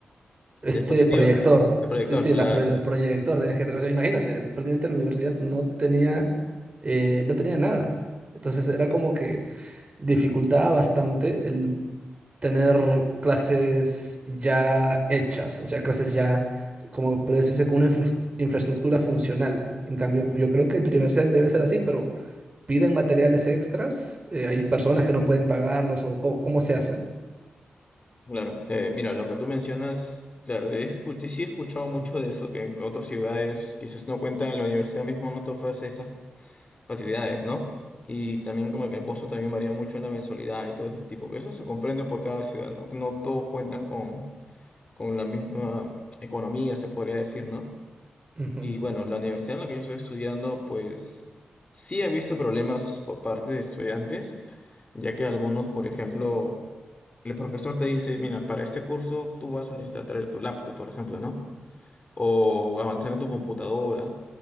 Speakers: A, on the right; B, on the left.
A: Este
B: la diapositiva,
A: proyector.
B: el proyector,
A: Sí, sí,
B: claro,
A: la pro- el proyector. tenías que tra- o sea, imagínate, prácticamente la universidad no tenía, eh, no tenía nada. Entonces era como que dificultaba bastante el tener clases ya hechas, o sea, clases ya, como puede decirse, con una infra- infraestructura funcional. En cambio, yo creo que en tu universidad debe ser así, pero piden materiales extras, eh, hay personas que no pueden pagarlos o co- cómo, se hace.
B: claro. Eh, mira, lo que tú mencionas, claro, he escuch- sí he escuchado mucho de eso, que en otras ciudades quizás no cuentan, en la universidad mismo no te ofrece esas facilidades, ¿no? Y también como que el costo también varía mucho en la mensualidad y todo ese tipo. Pero eso se comprende por cada ciudad, ¿no? No todos cuentan con, con la misma economía, se podría decir, ¿no?
A: Ujú,
B: Y bueno, la universidad en la que yo estoy estudiando, pues sí he visto problemas por parte de estudiantes, ya que algunos, por ejemplo, el profesor te dice, mira, para este curso tú vas a necesitar traer tu laptop, por ejemplo, ¿no? o avanzar en tu computadora.